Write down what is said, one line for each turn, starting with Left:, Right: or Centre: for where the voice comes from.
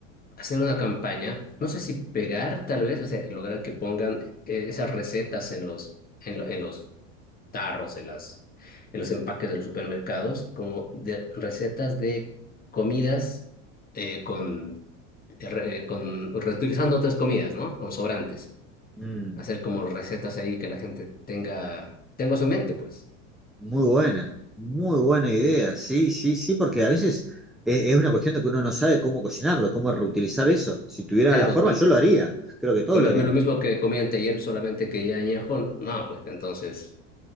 Left: hacer una campaña, no sé si pegar tal vez, o sea, lograr que pongan eh, esas recetas en los, en, lo- en los tarros, en las, en los empaques de los supermercados, como de recetas de comidas eh, con, eh, re- eh, con, reutilizando otras comidas, ¿no? Con sobrantes.
Centre: Mm.
Left: Hacer como recetas ahí que la gente tenga, tenga en su mente, pues.
Centre: Muy buena, muy buena idea. Sí, sí, sí, porque a veces e- es una cuestión de que uno no sabe cómo cocinarlo, cómo reutilizar eso. Si tuviera
Left: Claro,
Centre: la forma,
Left: com-
Centre: yo lo haría. Creo que todos
Left: comerme
Centre: lo haríamos.
Left: lo mismo que comí anteayer, solamente que ya añejo, no, pues entonces,